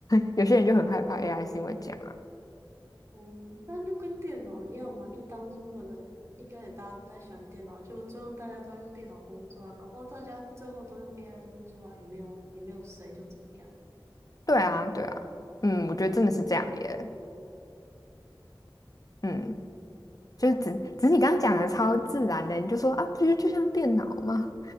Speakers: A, on the left (about 45°); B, on the right (about 35°).
A: <laughs> 有些人就很害怕 AI 是因为这样啊。
B: 嗯，但就跟电脑一样嘛，就当初可能一开始大家都不太喜欢电脑，就最后大家都要用电脑工作啊，搞不好大家最后都用 AI 工作啊，也没有也没有谁就怎么样，
A: 对啊，对啊，嗯，我觉得真的是这样耶，嗯，
B: 哇，
A: 就是只只是你刚刚讲的超自然的，
B: 对，<laughs>
A: 你就说啊，不就就像电脑吗？